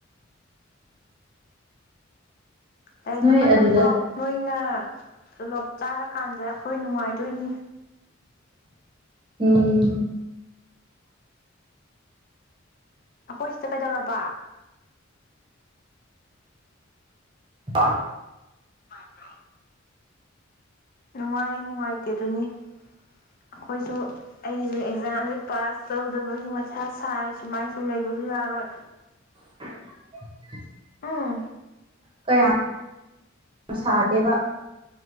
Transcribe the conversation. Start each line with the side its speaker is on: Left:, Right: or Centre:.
Left: ꯂꯥꯏꯔꯤꯛꯇꯨ
Right: ꯅꯣꯏ
Left: ꯀꯟꯅ
Right: ꯑꯗꯨꯗ
Left: ꯄꯥꯎ ꯅꯣꯏꯅ ꯇꯣꯂꯣꯞ ꯆꯥꯔꯀꯥꯟꯗ ꯑꯩꯈꯣꯏ ꯅꯨꯡꯉꯥꯏꯗꯣꯏꯅꯤ
Right: ꯎꯝ
Left: ꯑꯩꯈꯣꯏꯁ ꯇꯀ ꯆꯥꯎꯎꯔꯔꯕ ꯋꯥ
Right: ꯑꯥ
Left: ꯑ ꯃꯥ ꯅꯨꯡꯉꯥꯏ ꯅꯨꯡꯉꯥꯏꯇꯦ ꯑꯗꯨꯅꯤ ꯑꯩꯈꯣꯏꯁꯨ ꯑꯩꯁꯦ ꯑꯦꯛꯖꯥꯝꯁꯦ ꯄꯥꯁ ꯇꯧꯗꯕꯒꯤ ꯃꯁꯥ ꯁꯥꯏ ꯁꯨꯃꯥꯏꯅ ꯁꯨꯝ ꯂꯩꯕ ꯌꯥꯔꯣꯏ
Right: <unintelligible>
Left: ꯎꯝ
Right: ꯀꯌꯥ ꯌꯥꯝ ꯁꯥꯒꯦꯕ